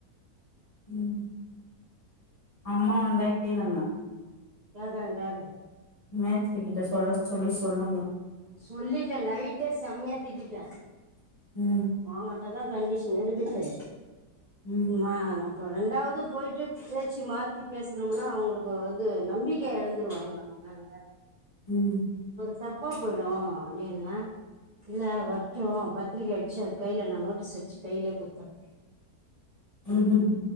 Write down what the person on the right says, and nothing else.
கேக்கற கேக்கற
சொல்லிட்டே நைட்டே செம்ய திட்டிட்ட
ஒங்கிட்டதா கண்டிஷன் இருக்குது
நா அப்பற ரெண்டாவது போயிட்டு பேச்சு மாத்தி பேசுனம்னா அவுங்களுக்கு வந்து நம்பிக்கை எழந்துருவாங்க நம்ப மேல
தப்பா போய்டும் அப்டின்னு அஹ் இல்ல வர்டும் பத்திரிக்க அச்சு அவர் கையில நா நோட்டீஸ் அச்சு கையிலே குத்தர்